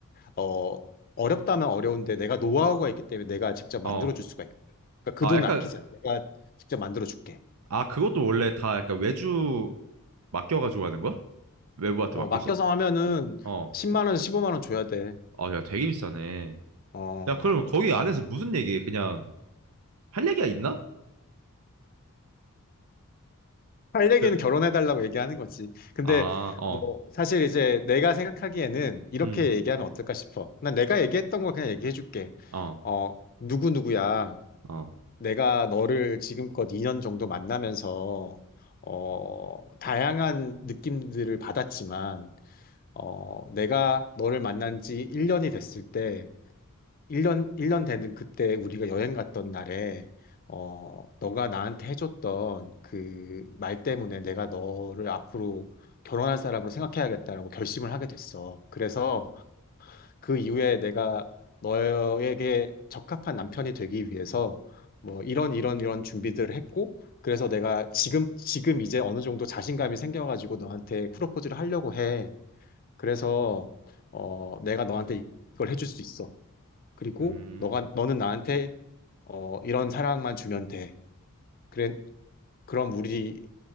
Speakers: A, on the left; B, on the right.
A: 어 어렵다면 어려운데 내가 노하우가 있기 때문에 내가 직접
B: 어.
A: 만들어 줄 수가 있고. 그러니까
B: 아,
A: 그 돈
B: 약간,
A: 아끼자. 내가 직접 만들어 줄게.
B: 아, 그것도 원래 다 약간 외주 맡겨가지고 하는 거야? 외부한테
A: 어
B: 맡겨서?
A: 맡겨서 하면은
B: 어.
A: 10만 원에서 15만 원 줘야 돼.
B: 아, 야, 되게 비싸네.
A: 어.
B: 야, 그럼 거기 안에서 무슨 얘기해? 그냥 할 얘기가 있나?
A: 할 얘기는
B: 그,
A: 결혼해 달라고 얘기하는 거지. 근데
B: 아, 어,
A: 뭐 사실 이제 내가 생각하기에는 이렇게
B: 음,
A: 얘기하면 어떨까 싶어. 난 내가 얘기했던 거 그냥 얘기해 줄게.
B: 어,
A: 어, 누구누구야,
B: 어,
A: 내가 너를 지금껏 2년 정도 만나면서, 어, 다양한 느낌들을 받았지만, 어, 내가 너를 만난 지 1년이 됐을 때, 1년, 1년 되는 그때 우리가 여행 갔던 날에, 어, 너가 나한테 해줬던 그 말 때문에 내가 너를 앞으로 결혼할 사람으로 생각해야겠다라고 결심을 하게 됐어. 그래서 그 이후에 내가 너에게 적합한 남편이 되기 위해서 뭐 이런 이런 이런 준비들을 했고 그래서 내가 지금 지금 이제 어느 정도 자신감이 생겨가지고 너한테 프로포즈를 하려고 해. 그래서 어 내가 너한테 이걸 해줄 수 있어. 그리고
B: 음.
A: 너가 너는 나한테 어 이런 사랑만 주면 돼. 그래 그럼 우리